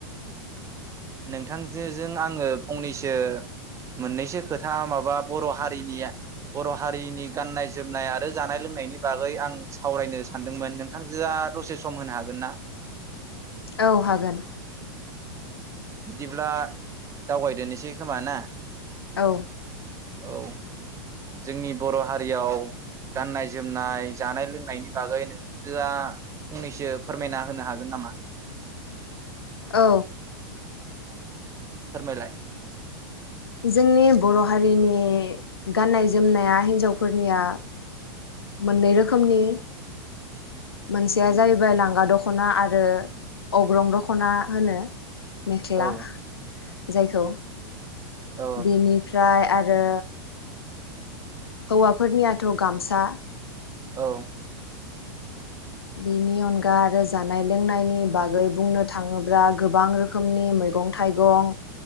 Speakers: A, on the right; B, on the left.
A: नोंथांजोजों आङो फंनैसो मोननैसो खोथा माबा बर' हारिनि बर' हारिनि गाननाय जोमनाय आरो जानाय लोंनायनि बागै आं सावरायनो सानदोंमोन नोंथांजोआ दसे सम होनो हागोन ना।
B: औ हागोन
A: बिदिब्ला दावगायदोननोसै खोमा ना
B: औ
A: औ जोंनि बर' हारियाव गाननाय जोमनाय जानाय लोंनायनि बागै नोंथांजोआ फंनैसो फोरमायना होनो हागोन नामा।
B: औ
A: फोरमायलाय
B: जोंनि बर' हारिनि गाननाय जोमनाया हिन्जावफोरनिया मोननै रोखोमनि मोनसेया
A: उम
B: जाहैबाय लांगा द खना आरो अग्रं दख'ना होनो मेखला
A: औ
B: जायखौ
A: औ
B: बेनिफ्राय आ रो हौवाफोरनियाथ' गामसा
A: औ
B: बेनि अनगा आरो जानाय लोंनायनि बागै बुंनो थाङोब्ला गोबां रोखोमनि मैगं थाइगं